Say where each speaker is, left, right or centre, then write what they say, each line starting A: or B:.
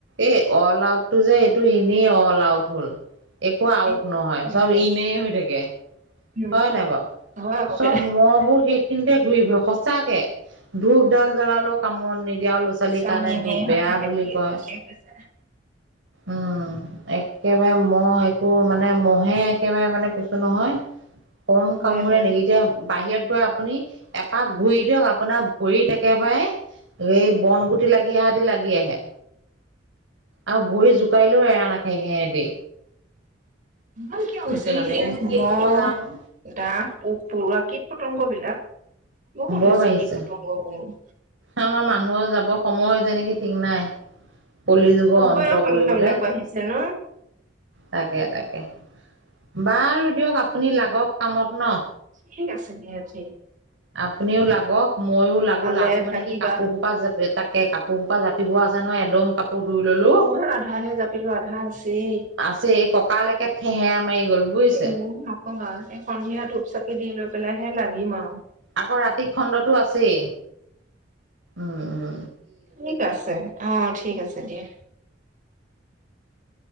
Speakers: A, on the right (about 75°); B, on the right (about 45°).
A: এই অল আউটটো যে এইটো এনেই অল আউট হ'ল। একো আউট
B: এই
A: নহয়,
B: একো কাম
A: চব
B: নাই।
A: ইনে হৈ থাকে
B: উম
A: হয় নাই বাৰু।
B: হয় আকৌ
A: চব
B: দে।
A: মহবোৰ সেইখিনিতে ঘূৰি ফৰে সঁচাকে ধূপ ডাল জ্বলালে কামত নিদ তিয়া ল'ৰা ছোৱালীৰ
B: চব
A: কাৰণে
B: এনেই
A: দুখ বেয়া
B: হৈ থাকে
A: বুলি কয়।
B: ঠিকে কৈছা।
A: অ'। একেবাৰে মহ একো মানে মহে একেবাৰে মানে কৈছো নহয়। কম
B: হয়
A: কামোৰে
B: হয়
A: নেকি এতিয়া বাহিৰত গৈ আপুনি এপাক ঘূৰি দিয়ক আ আপোনাৰ ভৰিত একেবাৰে এই বন গুটি লাগি আহা দি লাগি আহে। আৰু ভৰি জোকাৰিলেও এৰা নাখায় সেহঁতি।
B: ইমান কিয় হৈছে মানে
A: দিলেনো শেষ
B: মহ,
A: হ'ব জানো।
B: দাহ ব পৰুৱা, কীট-পতংগবিলাক বহুত
A: বৰ
B: হৈছে
A: বাঢ়িছে,
B: কীট-পতংগবোৰ।
A: আমাৰ মানুহৰ যাব সময় হৈছে নেকি ঠিক নাই। কলি যুগৰ
B: চবৰে
A: অন্ত
B: সংখ্যা
A: পৰিবলে,
B: বিলাক বাঢ়িছে ন
A: তাকে, তাকে। বাৰু দিয়ক আপুনি লাগক কামত ন'।
B: ঠিক আছে দিয়া থি
A: আপুনিও লাগক ময়ো লাগো
B: ভালে
A: লাগো মানে
B: থাকিবা
A: কি কাপোৰ সোপা তাকে কাপোৰ পা জাপিব আছে ন' এদম কা আকৌ ধুই ললো
B: মই আধাহে জাপিলো আধা আছেই
A: আছে এই ককালৈকে থঠেহে আ মাৰি গ'ল বুজিছে।
B: এ নক'বা এই সন্ধিয়া ধূপ চাকি দি লৈ পেলাইহে লাগিম আৰু।
A: আকৌ ৰাতি খণ্ডতো আছেই, উম উম।
B: ঠিক আছে, অ ঠিক আছে, দিয়া